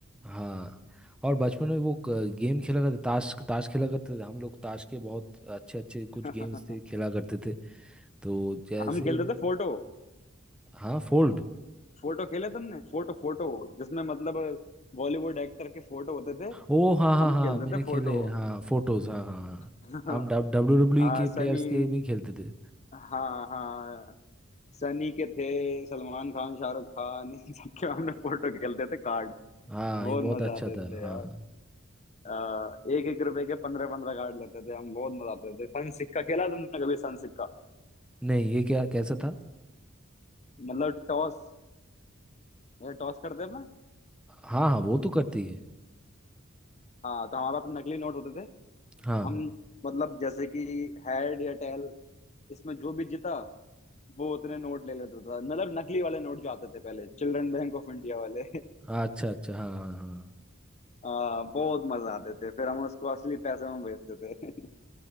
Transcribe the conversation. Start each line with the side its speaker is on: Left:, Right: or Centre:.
Centre: हाँ और बचपन में वो क- गेम खेला करते ताश ताश खेला करते थे हम लोग ताश के बहुत अच्छे अच्छे
Left: <laughs>
Centre: कुछ गेम्स थे खेला करते थे तो जैसे
Left: हम खेलते थे फोटो
Centre: हाँ फोल्ड
Left: फोटो खेले तुमने फोटो फोटो जिसमें मतलब बॉलीवुड एक्टर के फोटो होते थे
Centre: ओ हाँ हाँ
Left: हम
Centre: हाँ
Left: खेलते
Centre: मैंने
Left: थे
Centre: खेले
Left: फोटो
Centre: हाँ फोटोज हाँ हाँ हाँ
Left: <laughs>
Centre: हम हाँ डब्ल्यू डब्ल्यू
Left: हाँ
Centre: के
Left: सनी
Centre: प्लेयर्स के भी खेलते थे
Left: हाँ हाँ सनी के थे सलमान खान शाहरुख खान इन सबके हमने फोटो खेलते थे कार्ड
Centre: हाँ
Left: बहुत
Centre: ये बहुत
Left: मजा
Centre: और अच्छा
Left: आते
Centre: था
Left: थे
Centre: हाँ
Left: यार आ, एक एक रुपए के पंद्रह पंद्रह कार्ड लेते थे हम बहुत मजा आते थे सन सिक्का खेला तुमने कभी सन सिक्का
Centre: नहीं ये क्या कैसा था
Left: मतलब टॉस अच्छा टॉस करते हैं ना
Centre: हाँ हाँ वो तो करती है
Left: हाँ तो हमारे पास नकली नोट होते थे
Centre: हाँ
Left: हम मतलब जैसे कि हेड या टेल इसमें जो भी जीता वो उतने नोट ले लेता था मतलब नकली वाले नोट जो आते थे पहले चिल्ड्रन बैंक ऑफ इंडिया वाले
Centre: हाँ, अच्छा अच्छा हाँ हाँ
Left: <laughs> आ, बहुत मजा आते थे फिर हम उसको असली पैसे में बेचते थे <laughs>